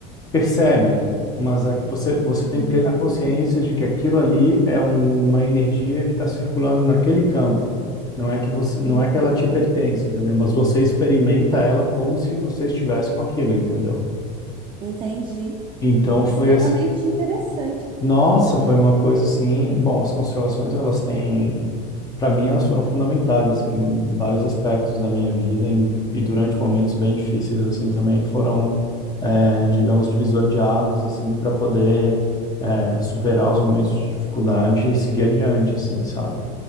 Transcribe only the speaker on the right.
uhum,
hum. hum.
entendi.
Extremamente
interessante.